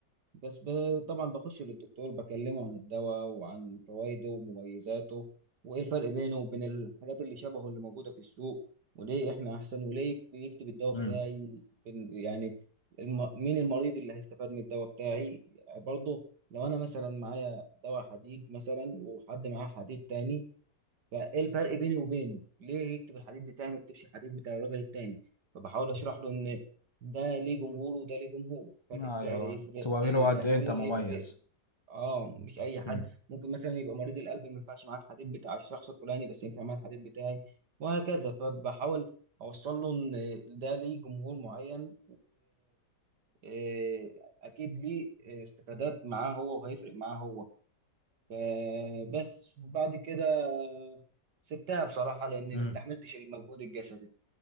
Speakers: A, on the right; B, on the left.
A: بس ب... طبعا بخش للدكتور بكلمه عن الدواء وعن فوائده ومميزاته وإيه الفرق بينه وبين الحاجات اللي شبهه اللي موجودة في السوق وليه إحنا أحسن وليه يكت- يكتب الدواء
B: مم.
A: بتاعي بن- يعني الم... مين المريض اللي هيستفاد من الدواء بتاعي برضه لو أنا مثلا معايا دواء حديد مثلا وحد معاه حديد تاني فايه الفرق بيني وبينه ليه يكتب الحديث بتاعي ما يكتبش الحديث بتاع الراجل التاني فبحاول اشرح له ان ده ليه جمهور وده ليه جمهور فرق
B: ايوه
A: السعر يفرق
B: توريله
A: التأثير
B: قد ايه انت مميز
A: يفرق اه مش اي حد
B: مم.
A: ممكن مثلا يبقى مريض القلب ما ينفعش معاه الحديث بتاع الشخص الفلاني بس ينفع معاه الحديث بتاعي وهكذا فبحاول اوصل له ان ده ليه جمهور معين واكيد ليه استفادات معاه هو وهيفرق معاه هو فبس وبعد كده سبتها بصراحة لأني
B: مم.
A: ما استحملتش المجهود الجسدي